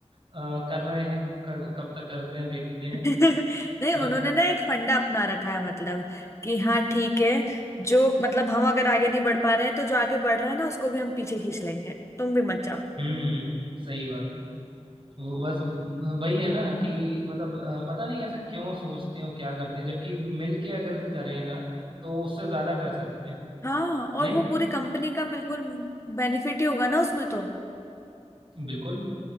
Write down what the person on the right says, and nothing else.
अ, कर रहे हैं कब कब तक करते हैं देखते हैं
पर
हम्म सही बात है वो बस वही है ना कि मतलब अ, पता नहीं ऐसा क्यों सोचते हैं और क्या करते हैं जबकि मिलके अगर करें ना तो उससे ज्यादा कर सकते हैं
नहीं
बिल्कुल